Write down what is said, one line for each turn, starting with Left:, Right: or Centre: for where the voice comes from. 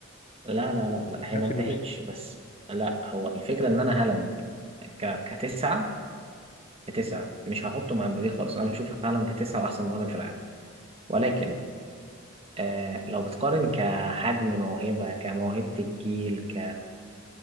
Right: لا لا لا لا
Left: في
Right: هي
Left: نفس
Right: ما انتهتش
Left: الموسم
Right: بس لا هو الفكره ان انا هالاند ك... كتسعه كتسعه مش هحطه مع مبابي خالص انا بشوف هالاند تسعه واحسن مهاجم في العالم ولكن آه لو بتقارن كحجم موهبه كموهبه الجيل ك